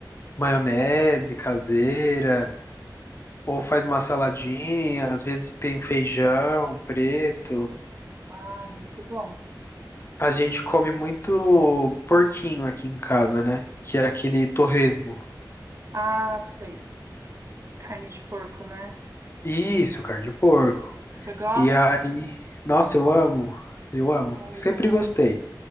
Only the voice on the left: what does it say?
maionese caseira ou faz uma saladinha, às vezes tem feijão preto.
A gente come muito porquinho aqui em casa, né? Que é aquele torresmo.
Isso, carne de porco.
E aí, nossa, eu amo, eu amo.
Sempre gostei.